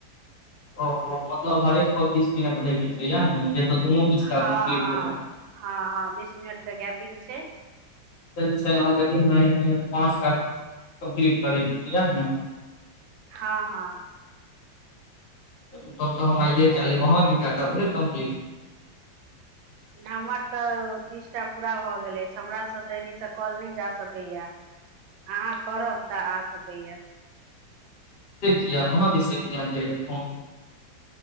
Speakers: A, on the left; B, on the right.
A: ओ हो मतलब हरेक पच्चीस मिनट रहके छै इएह ने जे स दुनू दिसका
B: हँ
A: कम्प्लीट
B: हँ
A: हुए
B: हँ हँ बीस मिनट के गैपिंग छै
A: <unintelligible> अहाँके <unintelligible> पाँच टा कम्प्लीट करैके छै इएह ने
B: हँ हँ
A: तब तऽ हम आइये कए लेब अहाँ के काय टा भेल कम्प्लीट
B: हमर तऽ तीसटा पूरा भऽ गेल अछि हमरा स तऽ एनी स कॉल नहि जा सकैया आहाँ करब तऽ आ सकैया
A: से किया अहाँ दिस से किया न जाय या फोन